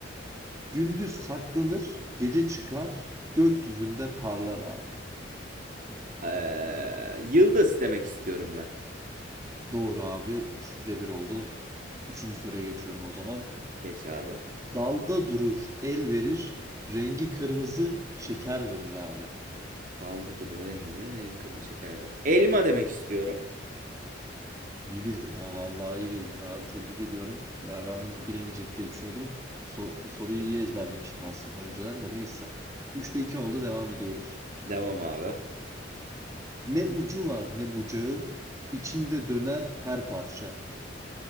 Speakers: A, on the right; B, on the right.
A: Gündüz saklanır, gece çıkar, gökyüzünde parlar abi.
B: Ee, yıldız demek istiyorum ben.
A: Doğru abi. ikide bir oldu. Üçüncü soruya geçiyorum o zaman.
B: Geç abi.
A: Dalda durur, el verir, rengi kırmızı, şeker verir abi.
B: Dalda duruyor. En kırmızı şeker var. Elma demek istiyorum.
A: İyi bildin ha vallahi iyi bildin abi tebrik ediyorum. Ya ben bunu bilemeyecek diye düşünüyordum. Bu, sor- bu soruyu iyi ezberlemiştim aslında önceden de neyse. üçte 2 oldu devam ediyoruz.
B: Devam abi.
A: Ne ucu var ne bucağı içinde döner her parça.